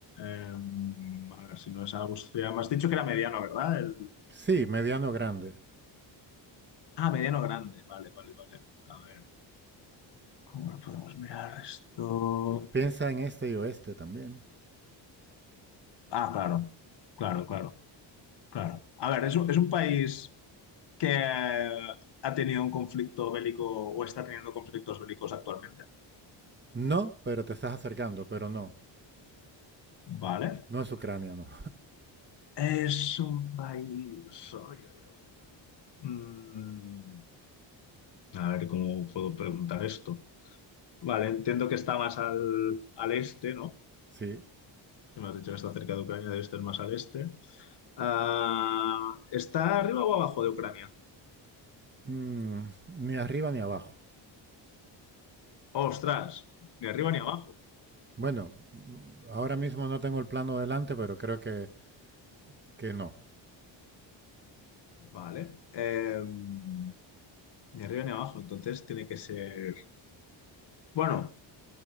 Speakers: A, on the left; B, on the right.
A: Em, a ver, si no es Austria. Me has dicho que era mediano, ¿verdad? El...
B: Sí, mediano grande.
A: Ah, mediano grande. Vale, vale, vale. A ver. ¿Cómo lo podemos mirar esto?
B: Piensa en este y oeste también.
A: Ah, claro. Claro, claro, claro. A ver, es un, es un país que eh, ha tenido un conflicto bélico o está teniendo conflictos bélicos actualmente.
B: No, pero te estás acercando, pero no.
A: Vale.
B: No es Ucrania, no.
A: Es un país. Ay, ay, ay, ay, ay. Mm, a ver, ¿cómo puedo preguntar esto? Vale, entiendo que está más al, al este, ¿no?
B: Sí.
A: Si me has dicho que está cerca de Ucrania, debe estar más al este. Ah, ¿está arriba o abajo de Ucrania?
B: Mm, ni arriba ni abajo.
A: ¡Ostras! Ni arriba ni abajo.
B: Bueno, ahora mismo no tengo el plano delante, pero creo que, que no.
A: Vale. Em, ni arriba ni abajo, entonces tiene que ser... Bueno,